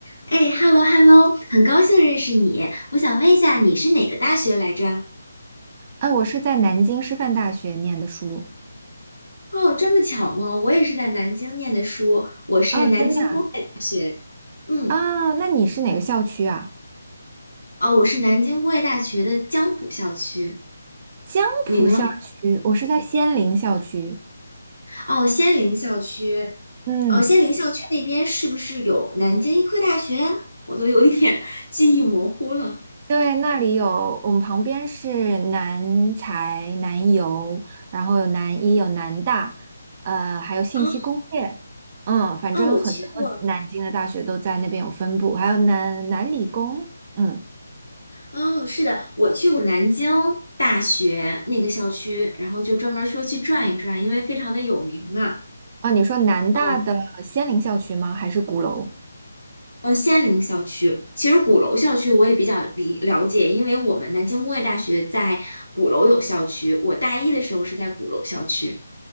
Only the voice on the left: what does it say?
哎，hello hello，很高兴认识你。我想问一下，你是哪个大学来着？
哦，这么巧吗？我也是在南京念的书，我是南京
学，嗯，
哦，我是南京工业大学的江浦校区。
你呢？
哦，仙林校区，
哦，仙林校区那边是不是有南京医科大学啊？我都有一点 <laughs> 记忆模糊了。
啊，
哦，我去过。
哦，是的，我去过南京大学那个校区，然后就专门说去转一转，因为非常的有名嘛。
嗯
嗯，仙林校区，其实鼓楼校区我也比较理了解，因为我们南京工业大学在鼓楼有校区，我大一的时候是在鼓楼校区。